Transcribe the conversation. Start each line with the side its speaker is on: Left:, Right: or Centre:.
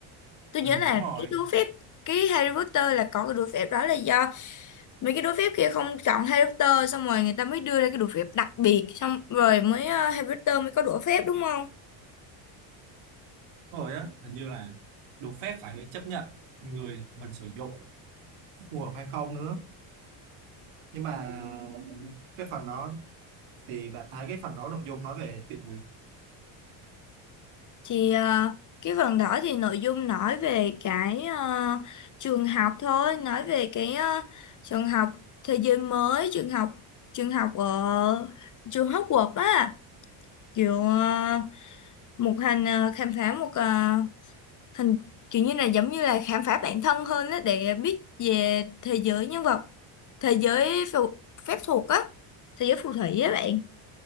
Left: Tôi nhớ
Right: Ừ,
Left: là
Right: đúng rồi,
Left: cái đũa phép Cái Harry Potter là có cái đũa phép đó là do mấy cái đũa phép kia không chọn Harry Potter xong rồi người ta mới đưa ra cái đũa phép đặc biệt xong rồi mới ờ, Harry Potter mới có đũa phép đúng không
Right: đúng rồi á, hình như là đũa phép phải chấp nhận người mình sử dụng phù hợp hay không nữa. Nhưng mà cái phần đó thì bạn thấy cái phần đó nội dung nói về chuyện gì?
Left: thì ờ, cái phần đó thì nội dung nói về cái ờ, trường học thôi nói về cái ờ, trường học thế giới mới trường học trường học ở trường Hogwarts á kiểu ờ, một hành ờ, khám phá một ờ, hình kiểu như là giống như là khám phá bản thân hơn đó để biết về thế giới nhân vật thế giới phù, phép thuật á thế giới phù thủy á bạn